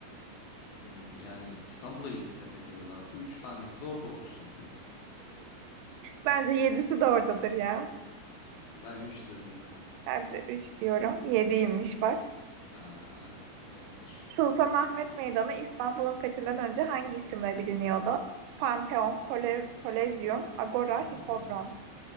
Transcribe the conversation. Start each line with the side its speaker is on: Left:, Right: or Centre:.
Left: Hmm, yani İstanbul'a Yeditepe diyorlardı. Üç tanesi de orada olsun.
Right: Bence 7'si de oradadır ya.
Left: Ben üç dedim hadi.
Right: Ben de 3 diyorum. yediymiş bak.
Left: Aa, doğrudur.
Right: Sultanahmet Meydanı İstanbul'un fethinden önce hangi isimle biliniyordu? Panteon, Kolez, Kolezyum, Agora,
Left: Hmm.
Right: Hipodrom.